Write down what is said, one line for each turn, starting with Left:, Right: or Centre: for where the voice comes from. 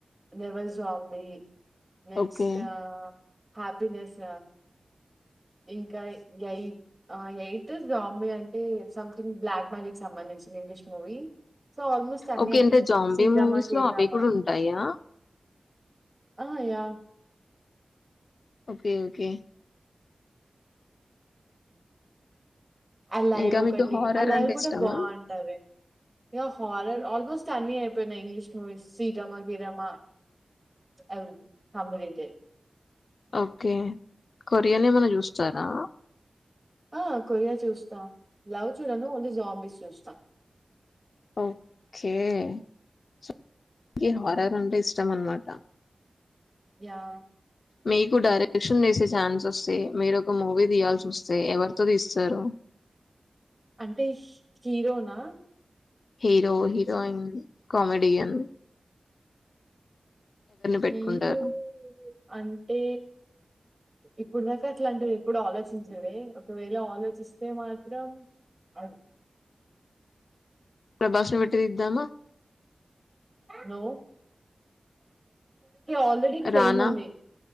Right: నెవల్ జాంబి నెక్స్ట్
Left: ఓకే.
Right: హ్యాపీనెస్ ఇంకా ఎయిట్ ఎయిట్ బాంబే అంటే సంథింగ్ బ్లాక్ మనీ కి సంబంధించి ఇంగ్లీష్ మూవీ సో ఆల్మోస్ట్ అన్నీ
Left: ఓకే.
Right: అయిపోయినయ్
Left: అంటే జాంబీ
Right: సీడ్రామా
Left: మూవీస్‌లో
Right: కేడ్రామా
Left: అవి కూడా ఉంటాయా?
Right: ఆ యా
Left: ఓకే ఓకే
Right: అలైవ్
Left: ఇంకా
Right: ఒకటి
Left: మీకు హారర్
Right: అలైవ్
Left: అంటే
Right: కూడా
Left: ఇష్టమా?
Right: బాగుంటంది ఇగ హర్రర్ ఆల్మోస్ట్ అన్ని అయిపోయినాయి ఇంగ్లీష్ మూవీస్ సీడ్రామా గీరామా ఎవ్రీథింగ్ కంప్లీటేడ్
Left: ఓకే కొరియన్ ఏమైనా చూస్తారా?
Right: ఆ కొరియా చూస్త లవ్ చూడను ఓన్లీ జాంబీస్ చూస్తా
Left: ఓకే సో హార్రర్ అంటే ఇష్టం ఇష్టం అన్నమాట
Right: యాహ్!
Left: మీకు డైరెక్షన్ చేసే ఛాన్స్ వస్తే మీరు ఒక మూవీ తీయాల్సి వ స్తే ఎవరితో దీస్తారు
Right: అంటే హీరోనా
Left: హీరో హీరోయిన్ కమెడియన్ పెట్టుకుంటారు?
Right: హీరో అంటే ఇప్పుడు దాకా అట్లాంటిది ఎప్పుడు ఆలోచించలే ఒకవేళ ఆలోచిస్తే మాత్రం ఆగండి
Left: ప్రభాస్ ని బెట్టిదిద్దామా
Right: నో ఆల్రెడీ ఫేమ్
Left: రానా?
Right: ఉంది